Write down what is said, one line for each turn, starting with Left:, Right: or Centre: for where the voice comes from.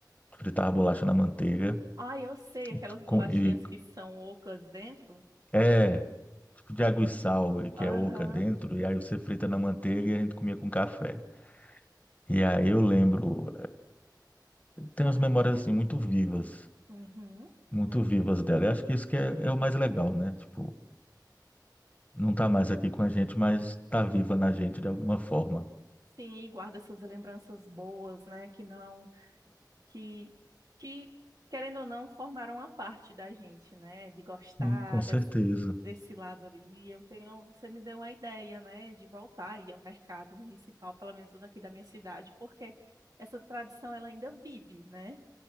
Left: Fritava bolacha na manteiga.
Right: Ah, eu sei, aquelas
Left: E,
Right: bolachinhas
Left: com- e
Right: que são ocas dentro.
Left: É, tipo de água e sal, e que
Right: Aham.
Left: é oca dentro, e aí você frita na manteiga e a gente comia com café. E aí eu lembro, tem umas memórias assim muito vivas,
Right: Uhum.
Left: muito
Right: Eu também.
Left: vivas dela. Eu acho que isso que é, é o mais legal, né? Tipo, não tá mais aqui com a gente, mas tá viva na gente de alguma forma.
Right: Sim, e guarda essas lembranças boas, né? Que não, que, que querendo ou não, formaram uma parte da gente, né? De gostar
Left: Sim, com
Right: desse,
Left: certeza.
Right: desse lado aí. Eu tenho, você me deu uma ideia, né? De voltar aí ao mercado municipal, pelo menos o daqui da minha cidade, porque essa tradição ela ainda vive, né?